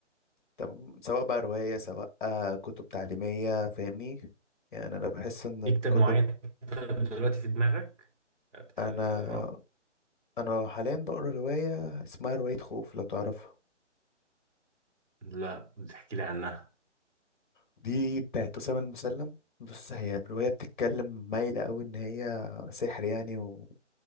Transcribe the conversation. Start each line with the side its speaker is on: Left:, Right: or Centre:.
Left: تمام سواء بقى روايه سواء آه كتب تعليميه فاهمني يعني انا بحس ان الكتب
Right: في كتاب معين طيب دلوقتي في دماغك آه، بت-
Left: انا
Right: بتقراه
Left: انا حاليا بقرا روايه اسمها روايه خوف لو تعرفها
Right: لا بتحكي لي عنها
Left: دي بتاعت اسامه المسلم بص هي الروايه بتتكلم مايله قوي ان هي سحر يعني و-